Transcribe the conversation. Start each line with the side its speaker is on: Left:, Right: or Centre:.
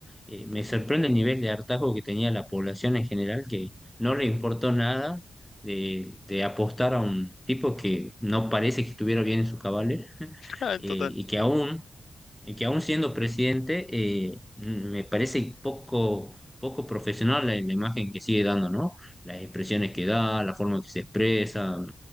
Centre: Eh, me sorprende el nivel de hartazgo que tenía la población en general, que no le importó nada de, de apostar a un tipo que no parece que estuviera bien en sus cabales <laughs> eh,
Left: Ah, en
Centre: y
Left: total.
Centre: que aún y que aún siendo presidente, eh, mm, me parece poco, poco profesional la, la imagen que sigue dando, ¿no? Las expresiones que da, la forma en que se expresa, mm,